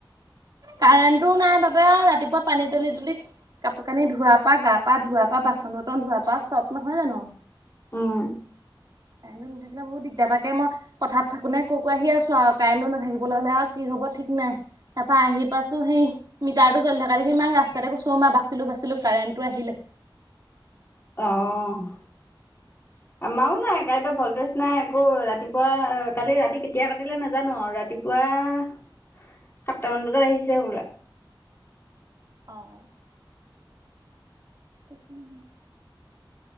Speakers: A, on the right; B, on the left.
A: কাৰেণ্টটোও নাই তাতে আৰু ৰাতিপুৱা পানী তুলি তুলি। কাপোৰ কানি ধোৱাৰ পৰা গা পা ধোৱা পা বাচন ব্তন ধোৱাৰ পা চব নহয় জানো।
B: উম,
A: কাৰেণ্টটো নাথাকিল। বৰ দিগদাতাকে মই কথাত থাকো নে ক কৈ আহি আছো আৰু কাৰেণ্টটো নাথাকিবলৈ হ'লে আৰু কি কি হব ঠিক নাই। তাপা আহি পছোহি। মিটাৰটো জলি থকা দেখি মাক ৰাস্তাতে কৈছো বাছিলো বাছিলো কাৰেণ্টটো আহিলে।
B: অঁ'।
A: ইচচচচ
B: আমাৰও নাই কাৰেণ্টত ভল্টেজ নাই আকৌ ৰাতিপুৱা কালি ৰাতি কেতিয়া কাটিলে নাজানো আৰু ৰাতিপুৱা। ৱাহ।
A: <inaudible>
B: সাতটামান বজাত আহিছে হ'বলা।
A: অঁ অঁ! একো নাই।